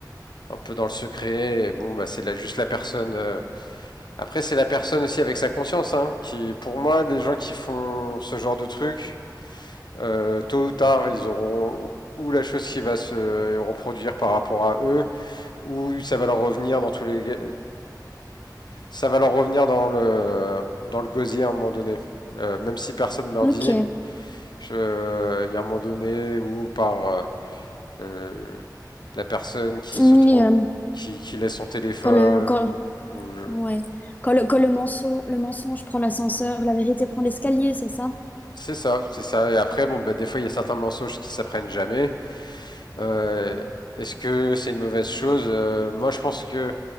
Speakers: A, on the left; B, on the left.
A: un peu dans le secret. Et bon, bah c'est là juste la personne. euh. Après c'est la personne aussi avec sa conscience, hein, qui, pour moi, les gens qui font ce genre de trucs, euh, tôt ou tard, ils auront ou la chose qui va se reproduire par rapport à eux, ou ça va leur revenir dans tous les ça va leur revenir dans le, dans le gosier à un moment donné. Euh, même si personne ne leur
B: Ok.
A: dit, je- il euh, y a un moment donné où par euh, euh, la personne qui
B: Oui.
A: se trompe,
B: euh,
A: qui, qui laisse son téléphone,
B: quand le, quand,
A: ou, ou je-
B: ouais. Quand le, quand le mensonge, le mensonge prend l'ascenseur, la vérité prend l'escalier, c'est ça?
A: c'est ça, c'est ça. Et après, bon, bah, des fois, il y a certains mensonges qui s'apprennent jamais. Euh, Est-ce que c'est une mauvaise chose Euh, Moi, je pense que